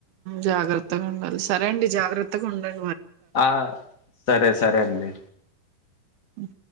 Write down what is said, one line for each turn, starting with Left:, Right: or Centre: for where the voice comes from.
Right: జాగ్రత్తగా ఉండాలి సరే అండి జాగ్రత్తగా ఉండండ్.
Left: ఆ సరే సరే అండి.
Right: అ